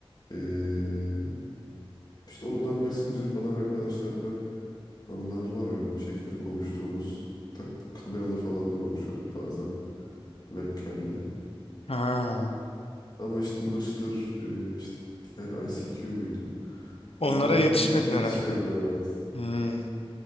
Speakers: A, on the left; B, on the left.
A: Ee, işte oradan Messenger falan arkadaşlarla anılar var öyle o şekilde konuştuğumuz. Tak, kameralı falan da konuşuyorduk bazen webcam'li.
B: Ha,
A: Ama işte Mırç'tır e, işte diğer ICQ muydu?
B: onlara
A: Onlara
B: yetişmedin
A: pek ye- yetişemedim
B: herhalde.
A: evet.
B: Hmm.